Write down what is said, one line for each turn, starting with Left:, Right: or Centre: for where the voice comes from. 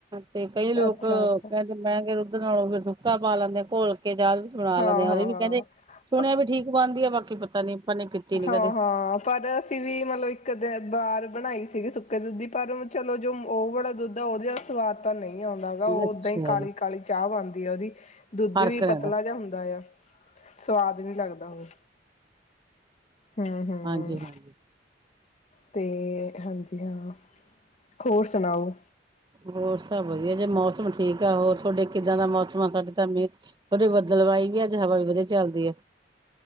Right: ਤੇ, ਕਈ ਲੋਕ
Left: ਅੱਛਾ-ਅੱਛਾ
Right: ਕਹਿੰਦੇ ਮਹਿੰਗੇ ਰ ਨਾਲੋਂ ਫ ਸੁੁੱਕਾ ਪਾ ਲੈਂਦੇ ਘੋਲ ਪ ਚਾਹ ਵੀ ਬਣਾ
Left: ਹਾਂ-ਹਾਂ-ਹਾਂ
Right: ਲੈਂਦੇ ਆਂ, ਉਹਦੇ ਵੀ ਕਹਿੰਦੇ ਸੁਣਿਆ ਵੀ ਠੀਕ ਬਣਦੀ ਆ ਬਾਕੀ ਪਤਾ ਨੀ। ਆਪਾਂ ਨੇ ਪੀਤੀ ਨੀ
Left: ਹਾਂ,
Right: ਕਦੇ
Left: ਹਾਂ, ਪਰ ਅਸੀਂ ਵੀ ਮਤਲਬ। ਇੱਕ ਦਿ ਬਾਹਾਰ ਬਣਾਈ ਸੀਗੀ ਸੁੱਕੇ ਦੁੱਧ ਦੀ ਪਰ, ਚਲੋ ਜੋ ਉਹ ਵਾਲਾ ਦੁੱਧ ਆ ਉਹਦੇ ਸਵਾਦ ਤਾਂ ਨਹੀਂ। ਆਉਂਦਾ ਹੈਗਾ ਉਹ
Right: ਅੱਛਾ
Left: ਓਦਾਂ ਹੀ ਕਾਲੀ-
Right: ਜੀ
Left: ਕਾਲੀ ਚਾਹ ਬਣਦੀ ਆ, ਉਹਦੀ ਦੁੱਧ
Right: ਫ਼ਰਕ
Left: ਵੀ
Right: ਰਹਿੰਦਾ
Left: ਪਤਲਾ ਜਿਹਾ ਹੁੰਦਾ ਆ। ਸਵਾਦ ਨਹੀ ਲੱਗਦਾ ਉਹ ਹੂੰ, ਹੂੰ
Right: ਹਾਂਜੀ ਹਾਂਜੀ
Left: ਤੇ, ਹਾਂਜੀ ਹਾਂ, ਹੋਰ ਸੁਣਾਓ?
Right: ਹੋਰ ਸਭ ਵਧੀਆ ਜੇ ਮੌਸਮ ਠੀਕ ਆ। ਹੋਰ ਤੁਹਾਡੇ ਕਿੱਦਾਂ ਦਾ ਮੌਸਮ ਆ? ਸਾਡੇ ਤਾਂ ਥੋਡੀੇ ਬਦਲਵਾਈ ਵੀ ਅੱਜ ਹਵਾ ਵੀ, ਵਧੀਆ ਚੱਲਦੀ ਆ।